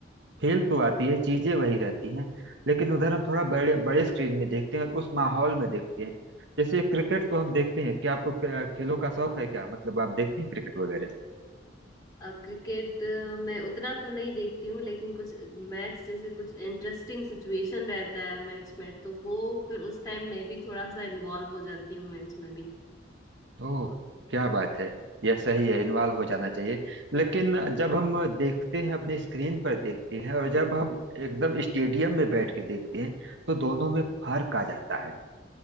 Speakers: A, on the right; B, on the left.
A: फील तो आती है चीजें वही रहती हैं लेकिन उधर हम थोड़ा बड़े बड़े स्क्रीन में देखते हैं और उस माहौल में देखते हैं जैसे क्रिकेट तो हम देखते हैं क्या आपको क- खेलों का शौक है क्या मतलब आप देखते हैं क्रिकेट वगैरह
B: अ, क्रिकेट अ, मैं उतना तो नहीं देखती हूँ लेकिन कुछ मैच जैसे कुछ इंटरेस्टिंग सिचुएशन रहता है मैच में तो वो फिर उस टाइम मैं भी थोड़ा सा इन्वॉल्व हो जाती हूँ मैच में भी
A: ओह क्या बात है यह सही है इन्वॉल्व हो जाना चाहिए लेकिन जब हम देखते हैं अपने स्क्रीन पर देखते हैं और जब हम एकदम स्टेडियम में बैठ के देखते हैं तो दोनों में फर्क आ जाता है